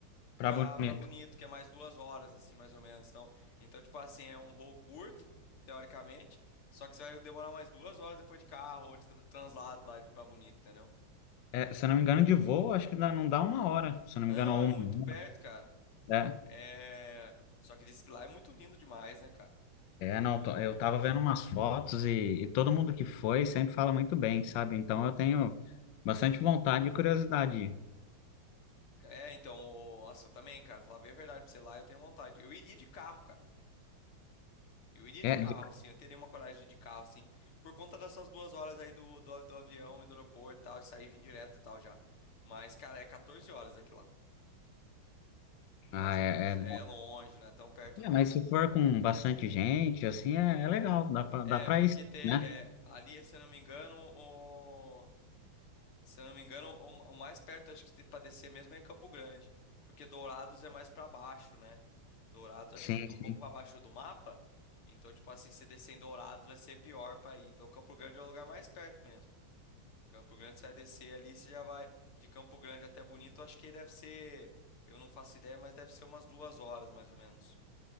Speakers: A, on the left; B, on the left.
A: para
B: pra,
A: Bonito.
B: pra Bonito, que é mais duas horas, assim, mais ou menos. Então, então, tipo assim, é um voo curto, teoricamente, só que você vai demorar mais duas horas depois de carro ou de tra- translado lá de- pra Bonito, entendeu?
A: É, se eu não me engano, de voo, acho que dá- não dá uma hora, se eu não
B: Não,
A: me engano, ou
B: é
A: uma
B: muito perto,
A: hora.
B: cara.
A: É.
B: É... Só que diz que lá é muito lindo demais, né, cara?
A: É, não, tô- eu tava vendo umas fotos e, e todo mundo que foi sempre fala muito bem, sabe? Então eu tenho bastante vontade e curiosidade.
B: É, então, ô, nossa, eu também, cara, falar bem a verdade pra você lá, eu tenho vontade. Eu iria de carro, cara. Eu iria
A: É,
B: de carro,
A: de-
B: assim, eu teria uma coragem de ir de carro, assim, por conta dessas duas horas aí do, do, do avião e do aeroporto e tal, e sair e vir direto e tal já. Mas, cara, é 14 horas aqui lá.
A: ah,
B: Mais ou
A: é,
B: menos.
A: é-
B: É longe, não é tão perto
A: é,
B: não.
A: mas se for com bastante gente, assim, é, é legal, dá pra,
B: É,
A: dá pra
B: porque
A: ir,
B: ter,
A: né?
B: é, ali, se eu não me engano, o, se eu não me engano, o, o mais perto acho que tem pra descer mesmo é em Campo Grande, porque Dourados é mais pra baixo, né? Dourados acho
A: Sim,
B: que fica
A: sim,
B: um pouco pra baixo do mapa, então tipo assim, se descer em Dourados vai ser pior pra ir. Então Campo Grande é o lugar mais perto mesmo. Campo Grande você vai descer ali, você já vai de Campo Grande até Bonito, acho que deve ser, eu não faço ideia, mas deve ser umas duas horas mais ou menos.